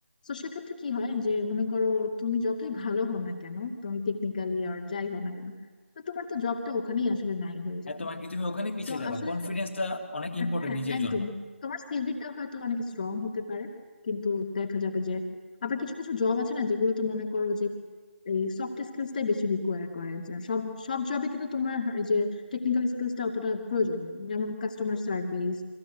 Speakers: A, on the left; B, on the left.
A: তো সেক্ষেত্রে কি হয় যে মনে করো তুমি যতই ভালো হও না কেন তুমি টেকনিক্যালি আর যাই হও না কেন তো তোমার তো জবটা ওখানেই আসলে নাই হয়ে
B: হ্যাঁ
A: যাবে
B: তোমার কি তুমি ওখানে পিছিয়ে
A: তো
B: যাবা
A: আসলে
B: কনফিডেন্সটা অনেক ইম্পর্টেন্ট
A: হ্যাঁ
B: নিজের
A: একদম
B: জন্য
A: তোমার সিভিটা হয়তো অনেক স্ট্রং হতে পারে কিন্তু দেখা যাবে যে আবার কিছু কিছু জব আছে না যেগুলো তো মনে করো যে এই সফট স্কিলসটাই বেশি রিকোয়ার করে যে সব সব জবে কিন্তু তোমার এই যে টেকনিক্যাল স্কিলসটা অতটা প্রয়োজন নেই যেমন কাস্টমার সার্ভিস